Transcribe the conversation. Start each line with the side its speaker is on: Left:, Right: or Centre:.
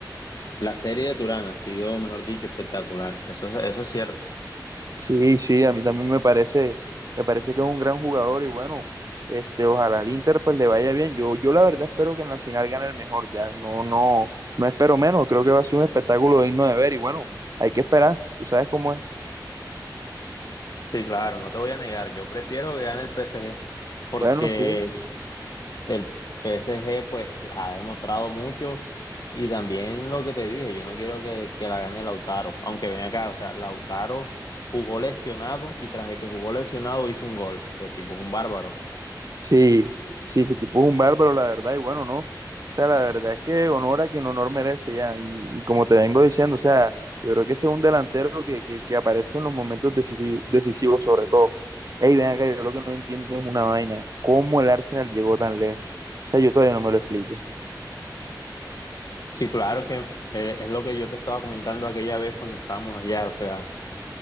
Left: la serie de Turán ha sido, mejor dicho, espectacular. Eso, es- eso es cierto.
Right: Sí, sí, a mí también me parece, me parece que es un gran jugador y bueno, este, ojalá al Inter pues le vaya bien. Yo, yo la verdad espero que en la final gane el mejor ya. No, no, no espero menos. Creo que va a ser un espectáculo digno de ver y bueno, hay que esperar. Tú sabes cómo es.
Left: Sí, claro, no te voy a negar. Yo prefiero que gane el PSG porque
Right: Bueno, sí.
Left: El PSG pues ha demostrado mucho y también lo que te dije, yo no quiero que, que la gane Lautaro, aunque ven acá, o sea, Lautaro jugó lesionado y tras de que jugó lesionado hizo un gol, ese tipo es un bárbaro.
Right: Sí, sí, ese tipo es un bárbaro, la verdad, y bueno, no. O sea, la verdad es que honor a quien honor merece ya. Y, y como te vengo diciendo, o sea, yo creo que ese es un delantero que, que, que aparece en los momentos decisi- decisivos, sobre todo. Ey, ven acá, yo lo que no entiendo es una vaina. ¿Cómo el Arsenal llegó tan lejos? O sea, yo todavía no me lo explico.
Left: Sí, claro que eh, es lo que yo te estaba comentando aquella vez cuando estábamos allá, o sea,